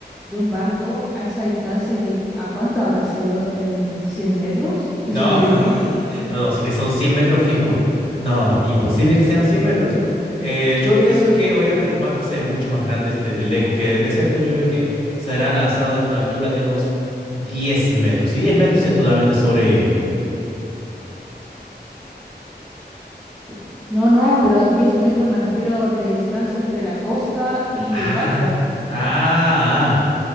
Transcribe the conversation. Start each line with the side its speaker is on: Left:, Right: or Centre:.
Centre: de un barco a esa distancia que a cuánto habrá sido en cien metros y
Left: No,
Centre: sobrevivir?
Left: <laughs> no, no, si que son 100 metros, fijo murió. No, no, no, imposible que sean 100 metros. Eh, yo pienso que obviamente los barcos sean mucho más grandes desde lejos que desde cerca. Yo creo que será lanzado desde una altura de unos 10 metros. Y 10 metros es totalmente sobrevivible.
Centre: Te- No, no, pero 10 metros me refiero de distancia entre la costa y
Left: Ah,
Centre: el barco.
Left: ah, ah.